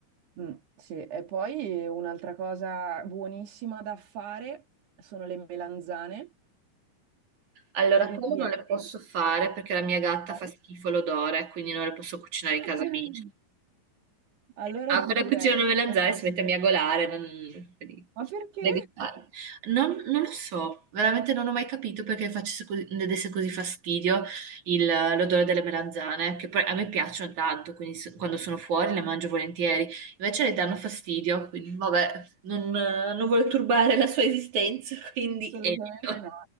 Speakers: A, on the right; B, on the right.
A: Mm, sì, e poi un'altra cosa buonissima da fare sono le melanzane
B: Allora,
A: ripiene.
B: quello non le posso fare perché la mia gatta
A: sai?
B: fa schifo l'odore, quindi non le posso cucinare in
A: <laughs>
B: casa mia.
A: Allora
B: apre
A: ti direi,
B: la cucina non me la
A: ma
B: e si mette a miagolare, non... quindi, a
A: perché?
B: degustare. Non, non lo so, veramente non ho mai capito perché facesse così, ne desse così fastidio il- l'odore delle melanzane, che poi a me piacciono tanto, quindi se- quando sono fuori le mangio volentieri, invece le danno fastidio, quindi vabbè, non, non voglio turbare la sua esistenza, <laughs> quindi
A: Assolutamente
B: evito.
A: no.